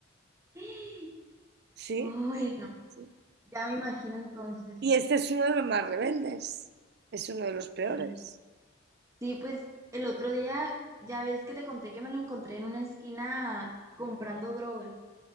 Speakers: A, on the right; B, on the right.
A: <gasps>
B: ¿sí?
A: Ay, no.
B: Sí.
A: Ya me imagino entonces.
B: Y este es uno de los más rebeldes, es uno de los peores.
A: Sí, Sí, pues el otro día, ya ves que te conté que me lo encontré en una esquina comprando droga.